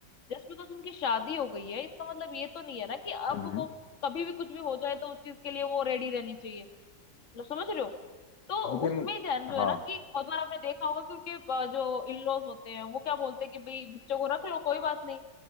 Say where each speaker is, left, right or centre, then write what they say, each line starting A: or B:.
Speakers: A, on the left; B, on the left.
A: जस्ट बिकॉज उनकी शादी हो गई है इसका मतलब ये तो नहीं है ना कि अब
B: हम्म हम्म।
A: वो कभी भी कुछ भी हो जाए तो उस चीज के लिए वो रेडी रहनी चाहिए मतलब समझ रहे हो तो
B: लेकिन
A: उसमें जो है जो
B: हाँ
A: है ना कि बहुत बार आपने देखा होगा कि उनके अ, जो इन लॉज होते हैं वो क्या बोलते हैं कि भाई बच्चों को रख लो कोई बात नहीं